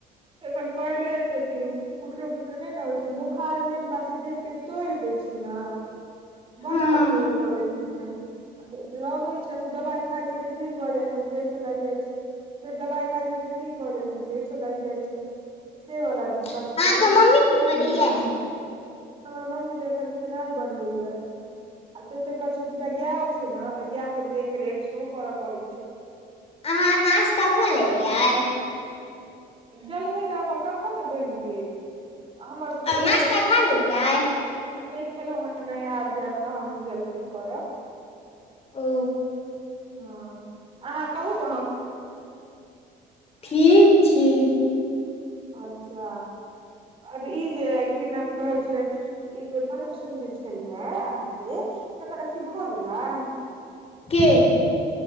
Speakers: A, on the right; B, on the left.
A: एखन परले छथिन उठलो बैठलो नय ने होइ छनि बोखार मेन बात छै देह के तोड़ि दय छै ना
B: हँ
A: बड कमजोर भए गेल खिन हैं, लगै छनि दबाइ खाइ छथिन ठीक भऽ जाइ छनि फेर सँ लागि जाइ छैइ। फेर दवाई खाइ छथिन ठीक भय जाय छनि फेर स लागि जाइ छैइ। से वला दिक्कत
B: अहाँके
A: छै
B: मम्मी की करैया
A: हमर मम्मी त एखन खेनाय बनबैयै। आ तेइ तेइ पर स दूटा गैयो छै ना तऽ गाय के देख रेख सेहो कर पड़े छै।
B: अहाँ नास्ता बना लेलियै?
A: जलखै तऽ हमर कखन ने बैन गेल हमर ब
B: आ
A: ओ
B: नाश्ता
A: जाइ छै
B: खा
A: इस्कुल
B: लेलियै
A: नै खेलहुॅं हैं नहि आब जैब तहन जलखै करब।
B: ओ
A: हँ अहाँ कहू तहन
B: ठीक छी।
A: अच्छा आब ई जे अइ की नाम कहै छै ई जे पड़ोसन जे छेलै अहाँके तकर अथी भए गेलै?
B: के?